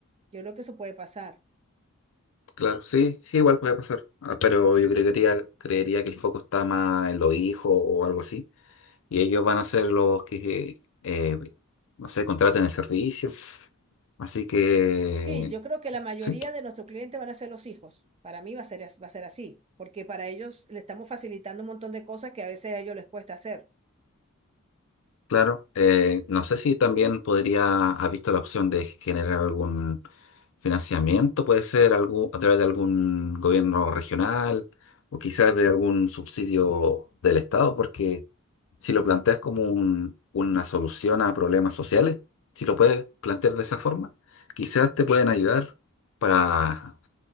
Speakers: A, on the right (about 25°); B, on the left (about 60°).
A: Yo creo que eso puede pasar.
B: claro, sí, sí, igual puede pasar. Ah, Pero yo creería, creería que el foco está más en los hijos o algo así. Y ellos van a ser los que, eh, no sé, contraten el servicio. Así que,
A: Sí, yo creo que la mayoría
B: sí.
A: de nuestros clientes van a ser los hijos. Para mí va a ser, as- va a ser así, porque para ellos le estamos facilitando un montón de cosas que a veces a ellos les cuesta hacer.
B: Claro, eh, no sé si también podría, has visto la opción de generar algún financiamiento, puede ser algún, a través de algún gobierno regional o quizás de algún subsidio del Estado, porque si lo planteas como un- una solución a problemas sociales, si lo puedes plantear de esa forma, quizás te pueden ayudar para,